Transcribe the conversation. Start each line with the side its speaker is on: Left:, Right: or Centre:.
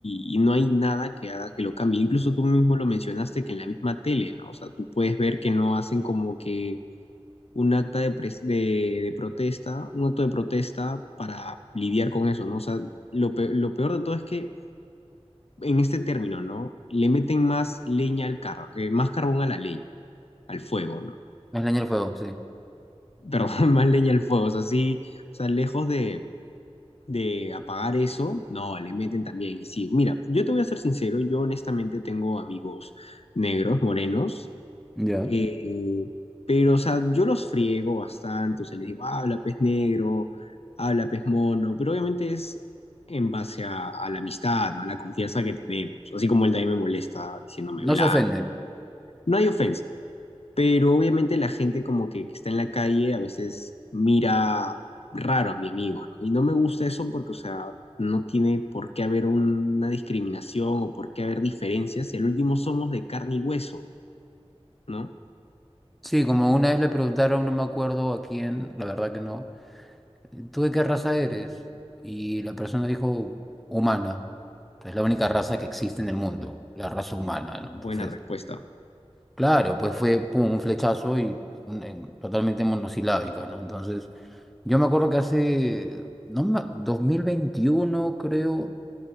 Left: y, y no hay nada que haga que lo cambie. Incluso tú mismo lo mencionaste que en la misma tele, ¿no? O sea, tú puedes ver que no hacen como que un acta de, pres- de, de protesta, un acto de protesta para lidiar con eso, ¿no? O sea, lo pe- lo peor de todo es que en este término, ¿no? Le meten más leña al carro, eh, más carbón a la leña, al fuego, ¿no?
Centre: Es leña al fuego, sí.
Left: Perdón, <laughs> más leña al fuego, o sea, sí, o sea, lejos de, de apagar eso, no, le meten también. Y sí, mira, yo te voy a ser sincero, yo honestamente tengo amigos negros, morenos,
Centre: Ya.
Left: eh, pero, o sea, yo los friego bastante, o sea, les digo, "Ah, habla pez negro, habla pez mono, pero obviamente es en base a, a la amistad, ¿no? A la confianza que tenemos, así como él también me molesta diciéndome
Centre: No
Left: blanca.
Centre: se ofenden.
Left: No hay ofensa, pero obviamente la gente como que, que está en la calle a veces mira raro a mi amigo, ¿no? Y no me gusta eso porque, o sea, no tiene por qué haber una discriminación o por qué haber diferencias si al último somos de carne y hueso, ¿no?
Centre: Sí, como una vez le preguntaron, no me acuerdo a quién, la verdad que no ¿Tú de qué raza eres? Y la persona dijo, humana. Es la única raza que existe en el mundo, la raza humana, ¿no? Entonces,
Left: Buena respuesta.
Centre: claro, pues fue pum, un flechazo y un- en- totalmente monosilábica, ¿no? Entonces, yo me acuerdo que hace, no, me- 2021, creo,